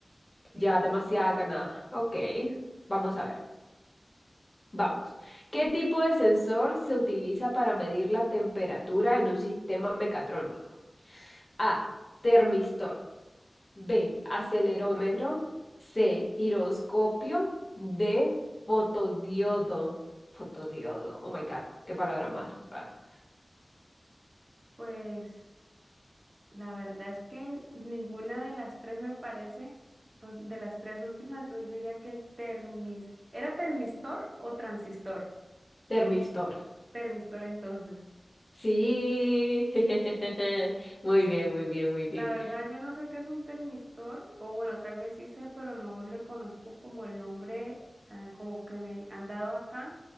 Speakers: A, on the right; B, on the left.
A: sí.
B: Ya demasiada ganada. Ok, vamos a ver. Vamos. ¿Qué tipo de sensor se utiliza para medir la temperatura en un sistema mecatrónico? A. Termistor. B, acelerómetro. C, giroscopio. D, fotodiodo. Fotodiodo. Oh my God, qué palabra más rara.
A: Pues La verdad es que ninguna de las tres me parece, o de las tres últimas, entonces yo diría que el termis, ¿era termistor o transistor?
B: Termistor.
A: Termistor entonces.
B: Sí. <laughs> Muy
A: Sí.
B: bien, muy bien, muy bien.
A: La verdad yo no sé qué es un termistor, o bueno, tal vez sí sé, pero no le conozco como el nombre ah, como que me han dado acá.